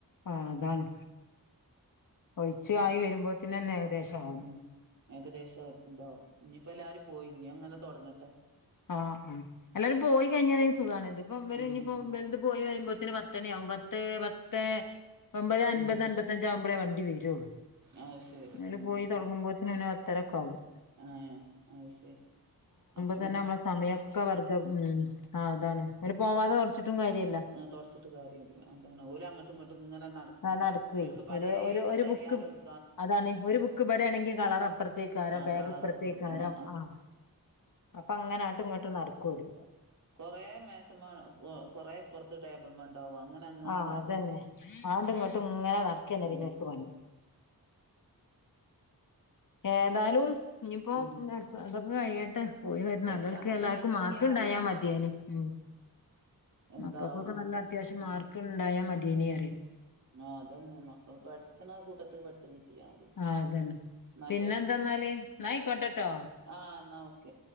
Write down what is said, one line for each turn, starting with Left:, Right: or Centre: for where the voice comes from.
Left: ആഹ്, അതാണ് ഒഴിച്ചു ആയി വരുമ്പോത്തന്നന്നെ ഏകദേശം ആവും
Right: ഉം ഏകദേശം എന്തോ ഇനിയിപ്പോ എല്ലാവാരും പോയി ഇനി അങ്ങനെ തുടങ്ങട്ടെ.
Left: ആഹ, ആ എല്ലാരും പോയി കഴിഞ്ഞ സുഖമാണ് ഇത് ഇപ്പ ഇവര്
Right: ആ ആ
Left: ഞ ഇപ്പോ ഇത് പോയി വരുമ്പോതിന് പത്ത്ണിയ ആകും പത്ത്, പത്തെ ഒമ്പത് അൻപത്,
Right: ഉം
Left: അമ്പപത്ത അഞ്ച ആകുമ്പോഴേ വണ്ടി വരുള്ളൂ
Right: അത് ശരി
Left: അതില്
Right: ഉം
Left: പോയി തുടങ്ങുമ്പോതി ഇങ്ങൂനെ അത്ര ഒക്കെ ആവും
Right: ആഹ്, അത് ശരി അപ്പ
Left: അതന്നെ നമ്മള സമയൊക്കെ വെറുത ഉം, ആ അതാണ് അവര് പോവാതെ തുടച്ചിട്ടും കാര്യമല്ല
Right: ആ തുടച്ചിട്ട് കാര്യല്ല, അതാണ് ഓര് അങ്ങോട്ടും ഇങ്ങോട്ടും ഇങ്ങനെ നടക്കും,
Left: അത് നടക്കുവേ
Right: അവർക്ക് പലേതും
Left: ഓല് ഒരു ഒരു
Right: തെരയാനും
Left: ബുക്ക്
Right: ഇട്
Left: അതാണ് ഒരു ബുക്ക് ഇപടെയാണെങ്കിൽ കളർ അപ്പുറത്ത് എയ്കാരം
Right: ആ
Left: ബാഗ്
Right: കളറപ്പുറത്ത്
Left: ഇപ്പുറത്തേയ്കാരം,
Right: ആ
Left: അതാണ് അപ്പൊ അങ്ങനെ അങ്ങോട്ടും ഇങ്ങോട്ടും നടക്കും ഓല്
Right: കുറേ മേശമേ, കൊറ ഇപുറത്ത് ടേബിൾ മണ്ടാവും അങ്ങനെ, അങ്ങനെ
Left: ആഹ്
Right: നടക്കും
Left: അതന്നെ, ആണ്ട് ഇങ്ങോട്ടും ഇങ്ങനെ നടക്കന്നെ
Right: ഉം
Left: പിന്നോക്ക് പണി ഏതാലും ഇനിയിപ്പൊ
Right: ഉം
Left: അതൊക്കെ കഴിയട്ടെ പോയി വരുന്നല്ലൾക്ക്
Right: എക്സാം ഒക്കെ
Left: എല്ലാർക്കും
Right: കഴിഞ്ഞോക്കിയാ
Left: മാർക്ക് ഇണ്ടായാ
Right: അറിയാം
Left: മതിയെനി ഉം
Right: എന്താവുംന്നൊക്കെ
Left: മക്കൾക്കൊക്കെ നല്ല അത്യാവശ്യം
Right: ഉം
Left: മാർക്ക് ഉണ്ടായ മതിേന പറയാ
Right: ആ അതന്നെ മക്കള് പഠിച്ചണ കൂട്ടത്ത്ൽ പെട്ട് കിട്ടിയ മതി
Left: ആഹ് അതന്നെ
Right: നല്ല
Left: പിന്നെ എന്താന്നാല് ന്നാ ആ യിക്കോട്ടെട്ടൊ
Right: ആഹ് എന്നാൽ ഓക്കെ.